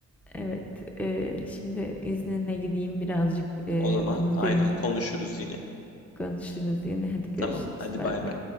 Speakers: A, in the centre; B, on the left.
A: Evet, eee, şimdi iznine gideyim birazcık eee,
B: O zaman
A: onu
B: aynen
A: dinleyeyim.
B: konuşuruz yine.
A: Konuşuruz yine. Hadi görüşürüz.
B: Tamam, hadi
A: Bay
B: bay
A: bay.
B: bay.